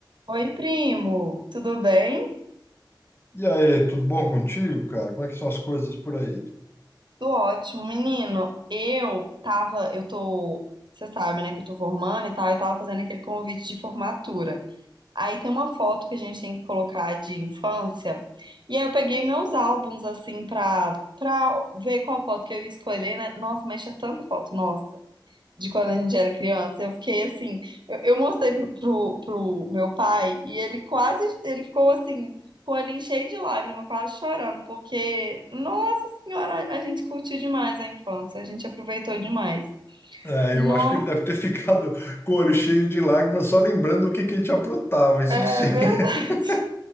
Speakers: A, on the right; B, on the left.
A: Oi, primo, tudo bem?
B: E aí, tudo bom contigo, cara? Como é que são as coisas por aí?
A: Tudo ótimo, menino. Eu tava, eu tô, você sabe, né, que eu tô formando e tal, eu tava fazendo aquele convite de formatura. Aí tem uma foto que a gente tem que colocar de infância. E aí eu peguei meus álbuns assim pra, pra ver qual foto que eu ia escolher, né? Nossa, mexe tanta foto, nossa. de quando a gente era criança. Eu fiquei assim, eu, eu mostrei pro, pro, pro meu pai e ele quase, ele ficou assim, com o olhinho cheio de lágrima, quase chorando, porque, nossa senhora, a gente curtiu demais a infância, a gente aproveitou demais.
B: É,
A: Nó,
B: eu acho que ele deve ter ficado <laughs> com o olho cheio de lágrimas só lembrando o que que a gente aprontava, isso
A: é
B: sim.
A: verdade.
B: <laughs>